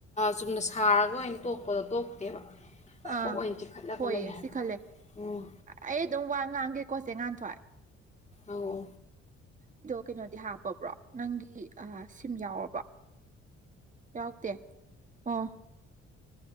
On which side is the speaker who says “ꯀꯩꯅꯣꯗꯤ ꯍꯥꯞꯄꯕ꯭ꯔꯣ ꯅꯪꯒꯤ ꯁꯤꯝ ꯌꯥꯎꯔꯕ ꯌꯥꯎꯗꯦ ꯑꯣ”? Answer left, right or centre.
Right